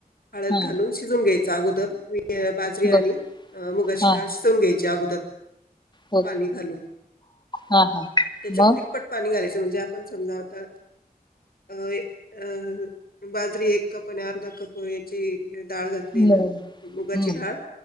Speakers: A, on the left; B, on the left.
A: हळद
B: हा
A: घालून शिजून घ्यायच, अगोदर मी बाजरी आणि
B: बर
A: मुगाची
B: हा
A: डाळ शिजवून घ्यायची अगोदर
B: हो
A: पाणी घालून.
B: हा हा मग
A: त्याच्यात तिप्पट पाणी घालायचं म्हणजे पण समजावतात अ अ बाजरी एक कप आणि अर्धा कप ची डाळ घातली
B: मग.
A: ना, मुगाची
B: हम्म
A: डाळ